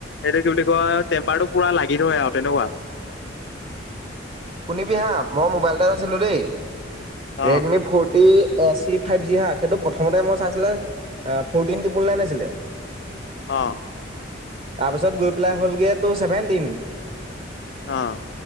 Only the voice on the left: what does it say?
এইটো কি বুলি কয়, টেম্পাৰটো পুৰা লাগি ধৰে আৰু তেনেকুৱা।
অ',
অ'।
অ'।